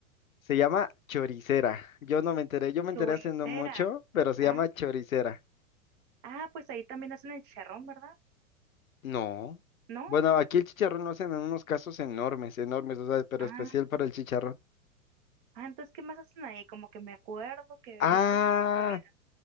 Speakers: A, on the left; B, on the right.
A: se llama choricera. Yo no me enteré, yo me
B: Choricera.
A: enteré hace no mucho, pero se
B: Ah,
A: llama choricera.
B: ah, pues ahí también hacen el chicharrón, ¿verdad?
A: No.
B: ¿No?
A: Bueno, aquí el chicharrón lo hacen en unos casos enormes, enormes, o sea, pero
B: Ah,
A: especial para el chicharrón.
B: ah, entonces, ¿qué más hacen ahí? Como que me acuerdo que
A: Ah,
B: he visto comida.